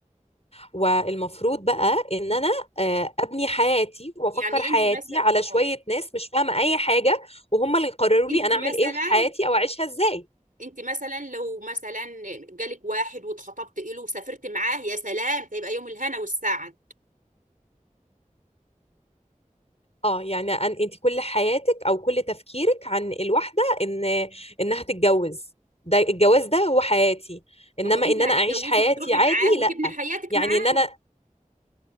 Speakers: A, on the left (about 50°); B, on the right (about 80°).
A: والمفروض بقى ان انا آه، ابني حياتي وافكر
B: يعني
A: حياتي
B: انت مثلا
A: على
B: اه
A: شويه ناس مش فاهمه اي حاجه وهم اللي يقرروا
B: انت
A: لي انا اعمل
B: مثلا
A: ايه في حياتي او اعيشها ازاي
B: انت مثلا لو مثلا جالك واحد واتخطبت له وسافرت معاه يا سلام هيبقى يوم الهنا والسعد
A: اه يعني انت كل حياتك او كل تفكيرك عن الواحده ان انها تتجوز ده الجواز ده هو حياتي انما
B: ما هو انت
A: ان
B: هتتجوزي
A: انا اعيش حياتي
B: وتروحي
A: عادي
B: معاه وتبني
A: لا
B: حياتك
A: يعني
B: معاه
A: ان انا